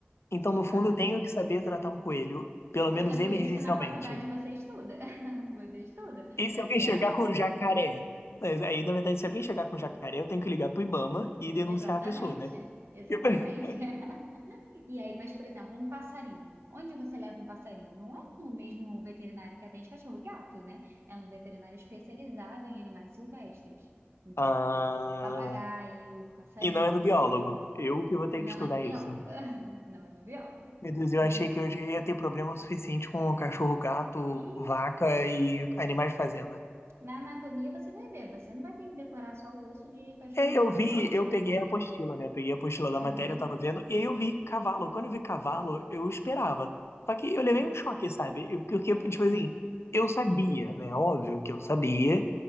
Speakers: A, on the left; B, on the right.
A: Então,
B: Isso
A: no
B: tá.
A: fundo, eu tenho que saber tratar um coelho, pelo menos
B: É
A: emergencialmente.
B: por isso que na faculdade você estuda. <laughs> Você estuda
A: E
B: para
A: se alguém
B: ter
A: chegar
B: a base.
A: com um jacaré? Mas Aí, na verdade, se alguém chegar com um jacaré, eu tenho que ligar pro Ibama e denunciar
B: Exatamente,
A: a pessoa, né?
B: exatamente.
A: <laughs>
B: <laughs> E aí, mas, por exemplo, um passarinho. Onde você leva um passarinho? Não é no mesmo veterinário que atende cachorro e gato, né? É um veterinário especializado em animais silvestres. Então,
A: Ah,
B: papagaio, passarinho,
A: e não é no biólogo. Eu que vou
B: não
A: ter que estudar
B: é no biólogo.
A: isso.
B: <laughs> Não é no biólogo.
A: Meu Deus, eu
B: E,
A: achei que eu já ia ter problema o suficiente com cachorro, gato,
B: e
A: vaca e animais de fazenda.
B: na anatomia você vai ver, você não vai ter que decorar só o osso de cachorro
A: É, eu
B: e gato,
A: vi,
B: não.
A: eu peguei a apostila, né? Eu peguei a apostila da
B: Aham.
A: matéria, eu tava vendo, e aí eu vi cavalo. Quando eu vi cavalo, eu esperava. Só que eu
B: Uhum.
A: levei um choque, sabe? Eu- Porque,
B: É.
A: tipo assim, eu sabia, né? Óbvio que eu sabia,